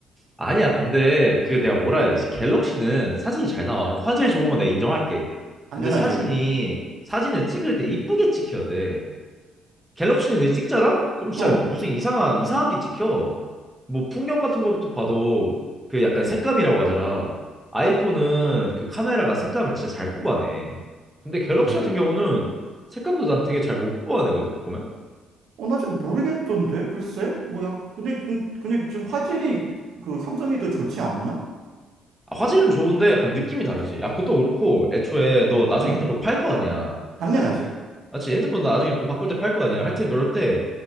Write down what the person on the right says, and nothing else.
당연하지
어
그래
어 나 잘 모르겠던데 글쎄 뭐야 근데 근- 근데 지금 화질이 그 삼성이 더 좋지 않나
어
당연하지